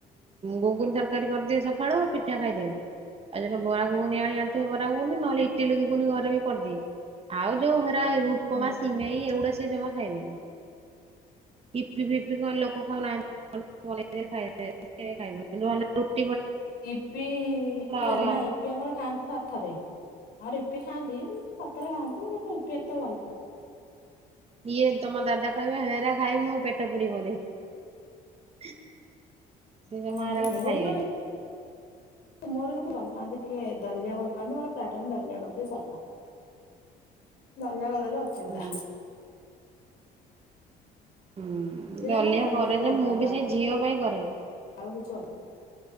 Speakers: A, on the right; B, on the left.
A: ଘୁଗୁନ ତରକାରୀ କରିଦେବୀ ସକାଳୁ ପିଠା ଖାଇଦେବେ, ଆଉ ଯୋଉ ଦିନ ବରା ଘୁଗୁନି ଆଣି ବାର୍ ଥିବ ବରା ଘୁଗୁନି ନହେଲେ ଇ ଟିଲି କୁ ପୁଣି ଘରେ ବି କରିଦିଏ ଆଉ ଯୋଉ। ଉପମା
B: ହୁଁ।
A: ସିମଇ ଏଗୁଡ଼ା ସବୁ। ସେ ଜମା ଖାଇବେନି, ୟିପି ଫିପି କଣ ଲୋକ ଖାଉ ନାହାନ୍ତି, <unintelligible>
B: ଇପି ଇଏ
A: ଅଲଗା
B: ନା ଇପି ଆମର ଖାଆନ୍ତି ଥରେ ଥରେ। ଆଉ ୟୀପି ଖାଆନ୍ତି ସତରେ ଖାଆନ୍ତି ହେଲେ ୟୀପି ଏତେ ଭଲ ପାନ୍ତିନି।
A: ଇଏ ତମ ଦାଦା। କହିବା ହେରା ଖାଇବିନି ମୋ ପେଟ ପୁରିବନି। ସେ ଜମା
B: ମୁଁ
A: ଏରା
B: ମୁଁ
A: ଖାଇବେନି।
B: କିନ୍ତୁ ମୋର କିନ୍ତୁ ଭଲ ପାଆନ୍ତି ଟିକେ ଦଲିଆ ଭଲ ପାଆନ୍ତି ମୋର ପ୍ରାୟ ଟାଇମ ଟିକେ ଦଲଆ କରିଦିଏ ସରିଲା ଦଲିଆ କରିଦେଲେ। ମୁଁ ଅଚିନ୍ତା।
A: ହୁଁ ହୁଁ
B: ସିଏ
A: ଦଲିଆ
B: ତାଙ୍କର ଦଲିଆକୁ
A: କରେ ଯେ
B: ଭଲ
A: ମୁଁ
B: ପାଆନ୍ତି
A: ବି ସେଇ ଝିଅ ପାଇଁ କରେ। <unintelligible>
B: ଆଉ କିଛି।